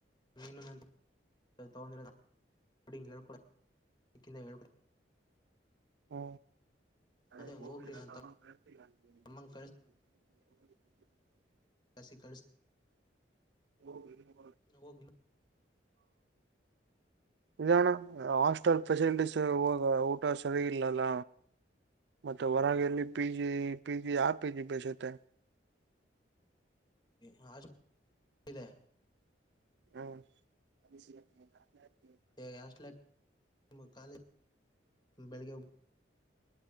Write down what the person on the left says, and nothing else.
ನೀನು ನನ್ ತಗೊಂಡಿರ ಡಿಕೊಂಡಿಗ್ ಹೇಳಿಕೊಡಕಿ
ಅದೇ ಹೋಗ್ರಿ ನನ್ ತಮ್ಮಂಗ್ ಕಸಿ ಕಳಸ್
ಹೋಗ ಇನ್
ಹಾಸ್ಟೆಲ್ ಇದೆ
ಏ ಹಾಸ್ಟೇಲ್ ಯಾಕ್ ಕಾಲೇಜ ಬೆಳಿಗ್ಗೆ ಹೋಗಿ